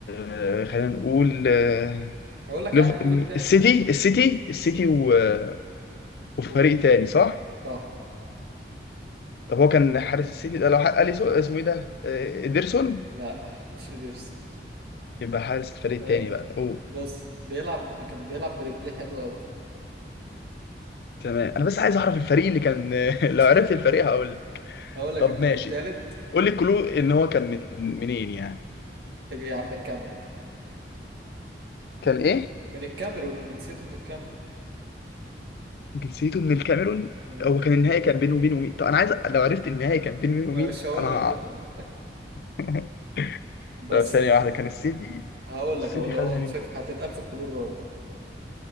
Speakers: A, on the left; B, on the right.
A: آه، خلينا نقول آه،
B: هقول لك
A: ليف-
B: يا عم الكلود تاني
A: السيتي السيتي السيتي و... آه، وفريق
B: ومين
A: تاني صح
B: صح
A: طب هو كان حارس السيتي ده لو حق اليسو اسمه ايه ده آه، ادرسون
B: لا <laughs> مش إيدرس
A: يبقى حارس الفريق
B: ماشي
A: التاني بقى اوه
B: بص بيلعب كان بيلعب برجليه حلو قوي
A: تمام انا بس عايز اعرف الفريق اللي كان <laughs>
B: <laughs>
A: لو عرفت الفريق هقول لك.
B: هقول لك
A: طب
B: الكلود
A: ماشي
B: التالت
A: قول لي كلو ان هو كان من منين يعني
B: يا عم الكاميرون
A: كان ايه
B: من الكاميرون جنسيته من الكاميرون
A: جنسيته من الكاميرون
B: مم،
A: هو كان النهائي كان بينه وبين مين طب انا عايز لو عرفت النهائي كان بينه وبين
B: ما
A: مين
B: مش هقول
A: انا هقع
B: لك بقى
A: <laughs>
B: بس
A: طب ثانية واحدة كان السيتي
B: هقول
A: السيتي
B: لك هقول له
A: خدها من
B: فك... هتتقال في الكلور الرابع